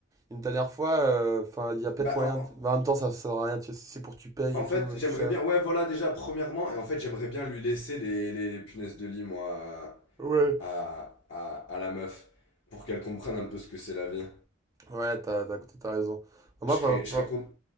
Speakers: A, on the right (about 15°); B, on the left (about 65°).
A: une dernière fois. euh, Enfin, il y a peut-être
B: Bah,
A: moyen.
B: en-
A: de- mais en même temps, ça ne sert à rien. tu- C'est pour que tu payes
B: En
A: et
B: fait,
A: tout, euh,
B: j'aimerais
A: cher.
B: bien. Ouais, voilà, déjà, premièrement. Et en fait, j'aimerais bien lui laisser les, les, les punaises de lit, moi,
A: Ouais.
B: à, à, à la meuf. Pour qu'elle comprenne un peu ce que c'est la vie.
A: Ouais, t'as, t'as, t'as raison. Bah, moi,
B: Je serais,
A: va,
B: je
A: va-
B: serais con.